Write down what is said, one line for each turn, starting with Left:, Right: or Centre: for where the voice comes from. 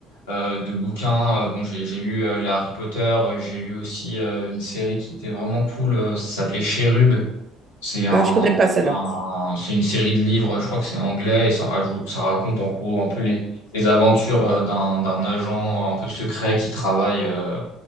Left: euh, de bouquins. Euh, bon, j'ai j'ai lu euh, les Harry Potter. Euh, J'ai lu aussi euh, une série qui était vraiment cool. euh, ça s'appelait Cherub. C'est un,
Right: Ah, je connais pas celle-là.
Left: un- c'est une série de livres, je crois que c'est anglais, et ça rajoute, ça raconte en gros un peu les, les aventures euh, d'un, d'un agent un peu secret qui travaille. euh,